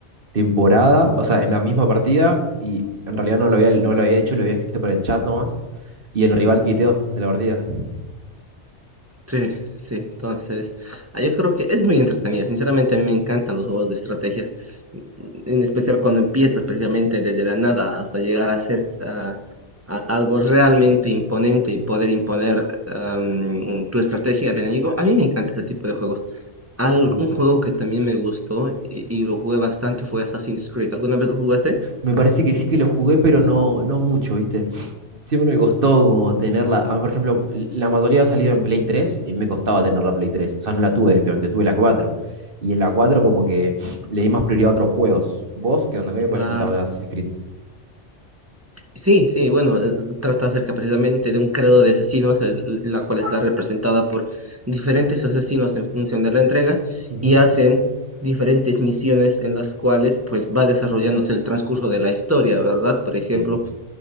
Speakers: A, on the right (about 50°); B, on the right (about 15°).
A: temporada, o sea, en la misma partida, y en realidad no lo había, no lo había hecho, lo había escrito para el chat nomás, y el rival quiteó de la partida.
B: Sí, sí, entonces, ah, yo creo que es muy entretenida. Sinceramente, a mí me encantan los juegos de estrategia, mm, en especial cuando empiezas, precisamente desde la nada hasta llegar a ser ah, a- algo realmente imponente y poder imponer am, tu estrategia al enemigo. A mí me encanta ese tipo de juegos. Al-
A: Ajá.
B: un juego que también me gustó y, y lo jugué bastante fue Assassin's Creed. ¿Alguna vez lo jugaste?
A: Me parece que sí que lo jugué, pero no, no mucho, ¿viste? Siempre me costó como tenerla. ah, por ejemplo, la mayoría ha salido en Play 3 y me costaba tener la Play tres O sea, no la tuve directamente, tuve la cuatro Y en la 4 como que le di más prioridad a otros juegos. ¿Vos qué onda? ¿Qué me puedes
B: Claro.
A: contar de Assassin's Creed?
B: Sí, sí, bueno, eh, trata acerca precisamente de un credo de asesinos, el- la cual está representada por diferentes asesinos en función de la entrega
A: Ujú,
B: y hacen diferentes misiones en las cuales pues va desarrollándose el transcurso de la historia, ¿verdad? Por ejemplo,
A: Sí.